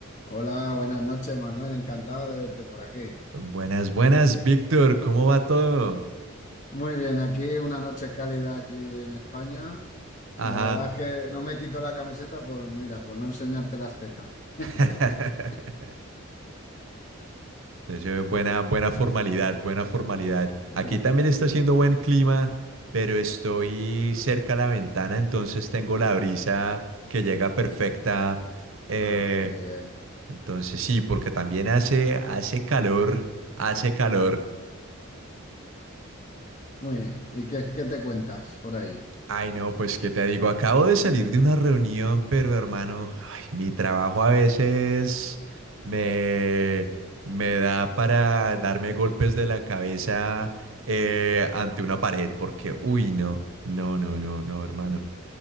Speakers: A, on the left; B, on the right.
A: Hola, buenas noches, Manuel. Encantado de verte por aquí.
B: Buenas, buenas, Víctor, ¿cómo va todo?
A: Muy bien, aquí una noche cálida aquí en España.
B: Ajá.
A: La verdad es que no me quito la camiseta por, mira, por no enseñarte las tetas. <laughs>
B: <laughs> Entonces, eh, buena, buena formalidad, buena formalidad. Aquí
A: Sí.
B: también está haciendo buen clima, pero estoy cerca a la ventana, entonces tengo la brisa que llega perfecta. Eh,
A: Ah, qué bien.
B: entonces sí, porque también hace, hace calor, hace calor.
A: Muy bien. ¿Y qué, qué te cuentas por ahí?
B: Ay, no, pues qué te digo, acabo de salir de una reunión, pero hermano, ay, mi trabajo a veces me, me da para darme golpes de la cabeza eh, ante una pared, porque, uy, no, no, no, no, no, hermano,